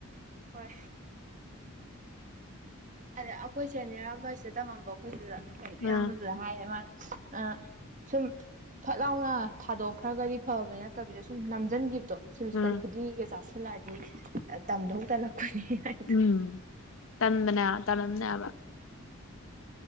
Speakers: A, on the right (about 35°); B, on the left (about 65°).
A: ꯍꯣꯏ꯫ ꯑꯗ ꯑꯈꯣꯏ ꯁꯦꯅꯤꯌꯔ ꯑꯃꯥ ꯁꯤꯗ ꯇꯝꯃꯝꯕ ꯑꯩꯈꯣꯏ ꯗꯨꯗ ꯀꯩꯅꯣ
B: ꯎꯝ
A: ꯑꯌꯥꯝꯕꯗꯨꯗ ꯍꯥꯏꯅꯦ ꯃꯥꯅ ꯑ_ _ ꯁꯨꯝ ꯐꯠ ꯂꯥꯎꯅ ꯊꯥꯗꯣꯛꯈ꯭ꯔꯒꯗꯤ ꯐꯕꯅꯤ ꯅꯠꯇꯕꯤꯗ ꯁꯨꯝ ꯅꯝꯖꯟꯒꯤꯕꯗꯣ_ _ ꯁꯦꯃꯤꯁꯇꯔ
B: ꯎꯝ
A: ꯈꯨꯗꯤꯒꯤꯒ ꯆꯥꯁꯤꯜꯂꯛꯑꯗꯤ ꯑ ꯇꯝꯗꯧ ꯇꯜꯂꯛꯄꯅꯤ꯫ ꯍꯥꯏꯗꯣ
B: ꯎꯝ ꯇꯟꯕꯅꯦ ꯇꯂꯝꯅꯦꯕ꯫